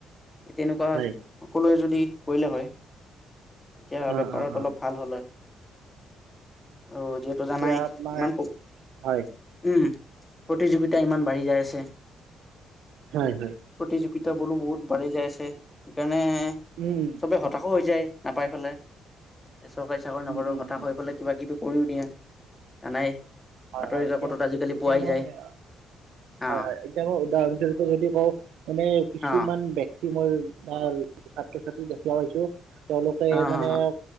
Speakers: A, on the left; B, on the right.
A: তেনেকুৱা
B: হয়
A: সকলোৱে যদি কৰিলে হয়, তেতিয়া বেপাৰত
B: অঁ অঁ অঁ
A: অলপ ভাল হ'ল হয়। আৰু যিহেতু জানাই
B: এতিয়া আমাৰ
A: ইমান ক উম,
B: হয়
A: প্ৰতিযোগিতা ইমান বাঢ়ি যাই আছে।
B: হয় হয়
A: প্ৰতিযোগিতা বোলো বহুত বাঢ়ি যাই আছে, সেইকাৰণে -
B: উম।
A: চবে হতাশো হৈ যায় নাপাই পেলাই, এ চৰকাৰী চাকৰি নাপালেও
B: হয়
A: হঠাশ হৈ পেলাই - কিবাকিবি কৰিও দিয়ে, জানাই - বাতৰি
B: হয় এতিয়া
A: কাকতত আজিকালি
B: এতিয়া
A: পোৱাই
B: মই
A: যায়, হা।
B: হয় হয় এতিয়া মই উদাহৰণ স্বৰূপে যদি কওঁ, মানে কিছুমান
A: অ
B: ব্য ক্তি মই বা ছাত্ৰ-ছাত্ৰী দেখা পাইছো, তেওঁলোকে
A: অ
B: এ
A: হ
B: মানে -